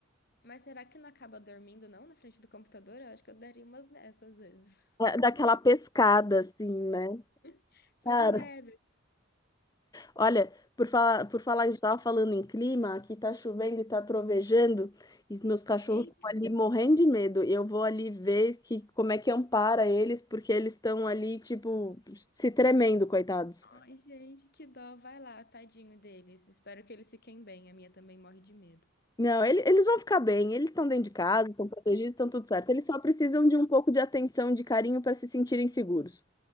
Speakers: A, on the left; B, on the left.
A: Mas será que não acaba dormindo, não, na frente do computador? Eu acho que eu daria umas dessas às vezes.
B: É, daquela pescada assim, né?
A: <laughs> Só
B: Cara,
A: de leve.
B: Olha, por falar, por falar, a gente estava falando em clima, aqui tá chovendo e tá trovejando, e os meus cachorros
A: Eita.
B: estão ali morrendo de medo. Eu vou ali ver que, como é que ampara eles, porque eles estão ali, tipo, se tremendo, coitados.
A: Ai, gente, que dó. Vai lá, tadinho deles. Espero que eles fiquem bem. A minha também morre de medo.
B: Não, ele- eles vão ficar bem, eles estão dentro de casa, estão protegidos, estão tudo certo. Eles só precisam de um pouco de atenção, de carinho para se sentirem seguros.